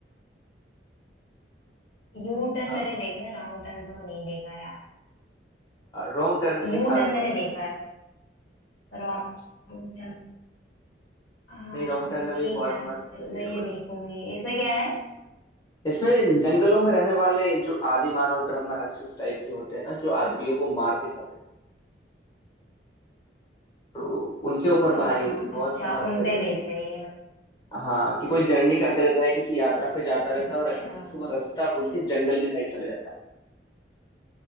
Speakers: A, on the left; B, on the left.
A: यू टर्न
B: हाँ
A: मैंने देखा है रॉन्ग टर्न तो नहीं देखा है यार
B: रॉन्ग टर्न के
A: यू
B: सारे
A: टर्न मैंने
B: पार्ट देखे
A: देखा है रॉन्ग
B: हाँ,
A: टर्न हाँ
B: नहीं रॉन्ग टर्न
A: ठीक
B: अभी बहुत
A: है
B: मस्त
A: फिर
B: है
A: मैं
B: वो-
A: ये देखूंगी इसमें क्या है
B: इसमें जंगलों में रहने वाले जो आदि मानव ब्रह्म राक्षस टाइप के होते हैं ना जो आदमियों को मार के खाते हैं तो उनके ऊपर
A: हाँ
B: बनाई हुई बहुत
A: अच्छा
B: मस्त
A: उन
B: है
A: पे
B: कि
A: बेस है ये मतलब
B: हाँ कि कोई जर्नी करते रहता है किसी यात्रा पे जाता रहता
A: अच्छा
B: है और अचानक से वो रास्ता भूल के जंगल की साइड चला जाता है